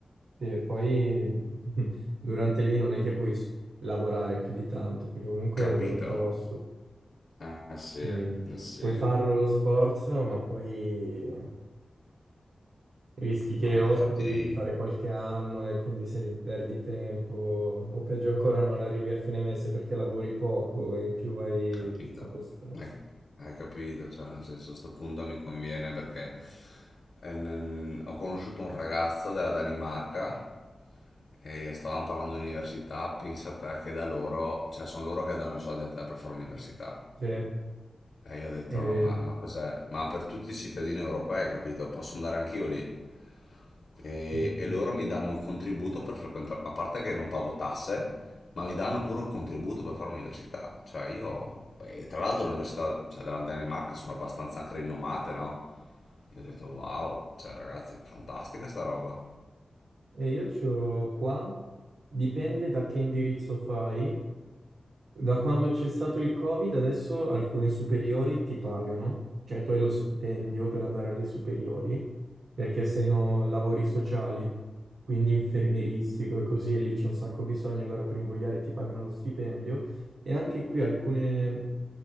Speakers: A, on the right (about 75°); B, on the left (about 60°).
A: sì, e poi <laughs> durante lì non è che puoi s- lavorare più di tanto, perché comunque
B: capito?
A: è bello tosto,
B: Eh sì,
A: quindi
B: eh sì.
A: puoi farlo lo sforzo, ma poi... Rischi che
B: No,
A: o
B: infatti...
A: devi rifare qualche anno e quindi se perdi tempo, o peggio ancora non arrivi a fine mese perché lavori poco e in più hai
B: Capito,
A: troppo stress.
B: hai, cap- hai capito, cioè nel senso a sto punto mi conviene perché ehm, ho conosciuto un ragazzo della Danimarca e stavamo parlando di università, pensa te che da loro, cioè sono loro che danno i soldi a te per fare l'università.
A: Sì, è
B: E io ho detto,
A: vero.
B: ma, ma cos'è? Ma per tutti i cittadini europei, capito? Posso andare anch'io lì? e,
A: è vero.
B: e loro mi danno un contributo per frequentare, a parte che non pago tasse, ma mi danno pure un contributo per fare l'università. Cioè io, beh, tra l'altro le università cioè, della Danimarca sono abbastanza anche rinomate, no? Io ho detto wow, cioè ragazzi, fantastica sta roba.
A: E io c'ho qua, dipende da che indirizzo fai. Da quando c'è stato il Covid, adesso alcune superiori ti pagano, cioè tu hai lo stipendio per andare alle superiori, perché se no lavori sociali quindi infermieristico e così, e lì c'è un sacco bisogno, allora per invogliare ti pagano lo stipendio. E anche qui alcune-